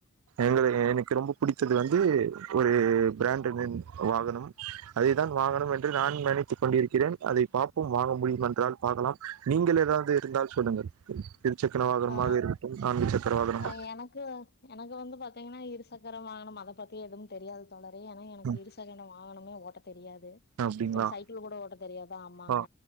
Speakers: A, on the right; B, on the left.
A: எங்கள எனக்கு ரொம்ப புடித்தது வந்து ஒரு ப்ராண்டனன் வாகனம் அதேதான் வாங்கணும் என்று நானும் நினைத்துக் கொண்டிருக்கிறேன் அதை பார்ப்போம் வாங்க முடியும் என்றால் பார்க்கலாம் நீங்கள் ஏதாவது இருந்தால் சொல்லுங்கள் இருசக்கர வாகனமாக
B: ஆ
A: இருக்கட்டும் நான்கு சக்கர வாகனம்
B: ஆ அ எனக்கு எனக்கு வந்து பாத்தீங்கன்னா இருசக்கரம் வாங்கணும் அத பத் தி ஏதும் தெரியாது தோழ ரே ஆனா எனக்கு
A: ம்
B: இருசகட வாங் வாகனமே ஓட்ட தெரியா து
A: அப்டிங்களா
B: ஒரு சைக்கிள் கூட ஓட்ட தெரியாது ஆமாங்க
A: ஆ